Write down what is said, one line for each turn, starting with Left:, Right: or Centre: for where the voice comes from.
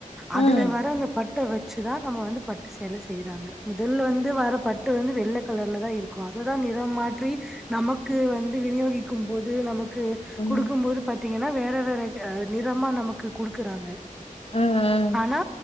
Centre: அதுல
Left: ம்
Centre: வர அந்த பட்டு வெச்சுதா நம்ம வந்து பட் டு சேல செய்யிறாங்க முதல்ல வந்து வர பட்டு வந்து வெள்ள கலர்ல தா இருக்கு அததா நிறம் மாற்றி நமக்கு வந்து விநியோகிக்கும் போது நமக்கு
Left: ம்
Centre: குடுக்கும் போது பாத்தீங்கனா வேற வேற நிறமா நமக்கு குடுக்குறாங்க
Left: ம்
Centre: ஆனா